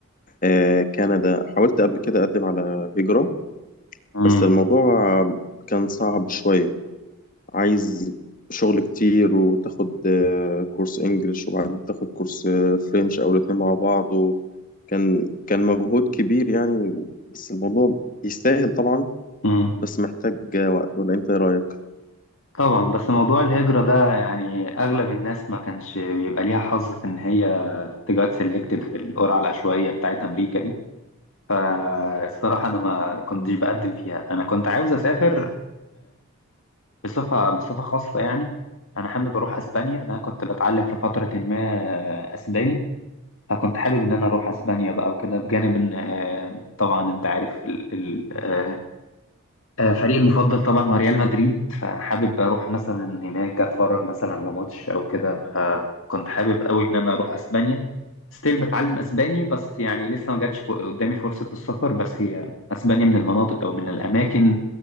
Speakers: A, on the left; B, on the left.
A: آه، كندا حاولت قبل كده اقدم على هجرة
B: مم.
A: بس الموضوع كان صعب شوية عايز شغل كتير وتاخد آه، كورس انجليش وبعدين تاخد كورس آه، فرنش او الاتنين مع بعض وكان كان مجهود كبير يعني بس الموضوع يستاهل طبعا
B: مم.
A: بس محتاج آه، وقت ولا انت ايه رايك
B: طبعا بس موضوع الهجرة ده يعني أغلب الناس ما كانش بيبقى ليها حظ في إن هي تجات سيلكتد في القرعة العشوائية بتاعت أمريكا دي فالصراحة أنا ما كنتش
A: مم.
B: بقدم فيها أنا كنت عاوز أسافر بصفة بصفة خاصة يعني أنا حابب أروح أسبانيا أنا كنت بتعلم في فترة ما أسباني فكنت حابب إن أنا أروح أسبانيا بقى وكده بجانب إن آه، طبعا أنت عارف ال- ال- آه، آه، فريقي المفضل طبعا هو ريال مدريد فحابب أروح مثلا هناك أتفرج مثلا على ماتش أو كده فكنت حابب أوي إن أنا أروح أسبانيا ستيل بتعلم أسباني بس يعني لسه ما جاتش قدامي فرصة السفر بس هي أسبانيا من المناطق أو من الأماكن